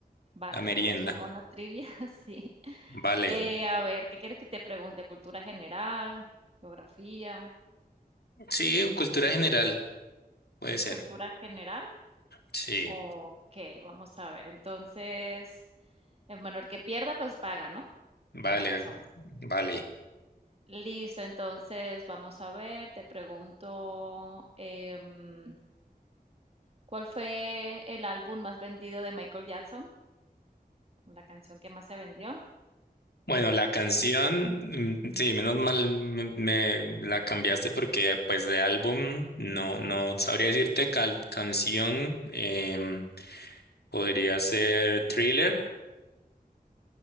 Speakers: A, on the right (about 40°); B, on the left (about 85°).
A: Vale,
B: la merienda.
A: hagamos como una trivia, <laughs> sí.
B: Vale.
A: Eh, a ver, ¿qué quieres que te pregunte? ¿Cultura general? ¿Geografía?
B: Sí, cultura general, puede ser.
A: ¿Cultura general?
B: Sí,
A: Ok, vamos a ver. Entonces, eh, bueno, el que pierda, pues paga, ¿no?
B: vale,
A: Paga las 11.
B: vale.
A: Listo, entonces vamos a ver, te pregunto, em, ¿cuál fue el álbum más vendido de Michael Jackson? La canción que más se vendió.
B: Bueno, la canción, mm, sí, menos mal me, me la cambiaste porque pues de álbum no, no sabría decirte cal- canción, em, podría ser Thriller.